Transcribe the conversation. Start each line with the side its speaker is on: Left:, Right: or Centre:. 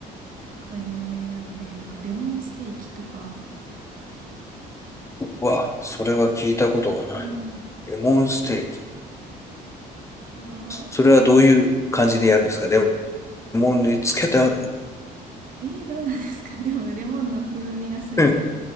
Right: が有名なので、なんかレモンステーキとか、
Left: わ、それは聞いたことがない。
Right: うん。
Left: レモンステーキ。
Right: あとは、
Left: それはどういう感じでやるんですかレモンにつけてあるの
Right: えー、どうなんですか <laughs> でも、レモンの風味がする。
Left: うん。